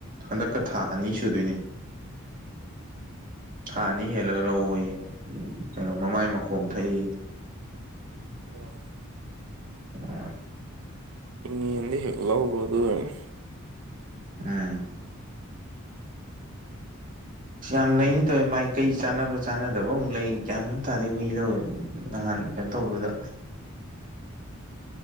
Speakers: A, on the right (about 40°); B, on the right (about 75°).
A: ꯍꯟꯗꯛꯀ ꯊꯥ ꯑꯅꯤ ꯁꯨꯗꯣꯏꯅꯦ ꯊꯥ ꯑꯅꯤ ꯍꯦꯜꯂꯒ ꯂꯧꯋ‌ꯣꯌꯦ ꯀꯩꯅꯣ ꯃꯃꯥꯏ ꯃꯈꯣꯝ ꯊꯛꯏ
B: ꯑꯣ
A: <unintelligible>
B: ꯏꯉ‌ꯦꯟꯗ ꯍꯦꯛ ꯂꯧꯔꯣ ꯑꯗꯨꯏ ꯑꯣꯏꯔꯅ
A: ꯎꯝ ꯌꯥꯝ ꯂꯩꯅ ꯇꯧꯋꯦ ꯃꯥꯏꯀꯩ ꯆꯥꯟꯅꯕ ꯆꯥꯟꯅꯗꯕ ꯑꯃꯨꯛ ꯂꯩ ꯒ꯭ꯌꯥꯟꯃ‌‌ꯦꯟ ꯑꯝꯇꯥꯗꯦ ꯍꯨꯏ ꯂꯧꯔꯨ ꯅꯍꯥꯟ ꯀꯩꯝ ꯇꯧꯕꯗꯨꯗ